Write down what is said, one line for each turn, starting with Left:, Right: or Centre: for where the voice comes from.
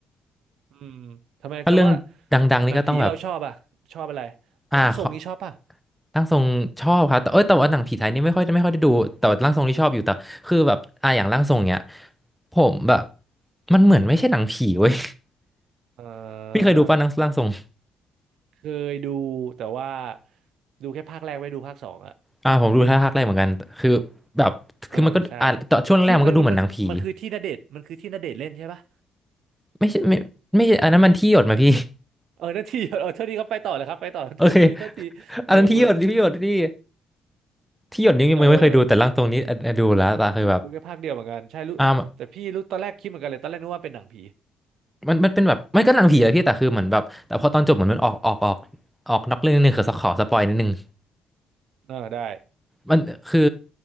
Right: อืมทำไมแสดงว่า
Centre: ถ้าเรื่องดังๆนี่ก็ต้องแบบ
Right: หนังผีเราชอบอ่ะชอบอะไร
Centre: อ่าขอ
Right: ร่างทรงนี้ชอบป่ะ
Centre: ร่างทรงชอบครับแต่เอ้ยแต่ว่าหนังผีไทยนี่ไม่ค่อยไม่ค่อยได้ดูแต่ว่าร่างทรงที่ชอบอยู่แต่คือแบบอ่าอย่างร่างทรงเนี้ยผมแบบมันเหมือนไม่ใช่หนังผีเว้ย
Right: เออ
Centre: <laughs> พี่เคยดูป่ะหนังร่างทรง
Right: เคยดูแต่ว่าดูแค่ภาคแรกไม่ดูภาคสองอ่ะ
Centre: อ่าผมดูท่าทางแรกเหมือนกันคือแบบคือมันก็อ่าตอนช่วงแรกมันก็ดูเหมือนหนังผี
Right: เออใช่ที่มันมันมันมันคือที่ณเดชน์มันคือที่ณเดชน์เล่นใช่ป่ะ
Centre: ไม่ใช่ไม่ไม่ใช่อันนั้นมันที่หยดมาพี่
Right: เออนาทีเออ <laughs> เท่าทีครับไปต่อเลยครับไปต่อเท่าทีเท่าทีเบอร์เบอร์
Centre: <laughs> โอเคอันนั้นที่หยดที่หยดที่ที่หยดนี้ยังไม่เคยดูแต่ร่างทรงนี้อ่ะอ่ะดูแล้วแต่คือแบบ
Right: อืมเออเออดูแค่ภาคเดียวเหมือนกันใช่รู้แต่พี่รู้ตอนแรกคิดเหมือนกันเลยตอนแรกนึกว่าเป็นหนังผี
Centre: อ่ามันมันเป็นแบบไม่ก็หนังผีและพี่แต่คือเหมือนแบบแต่พอตอนจบเหมือนมันออกออกออกออกนอกเรื่องนิดนึงคือขอสปอยนิดนึง
Right: เออได้
Centre: มันคือ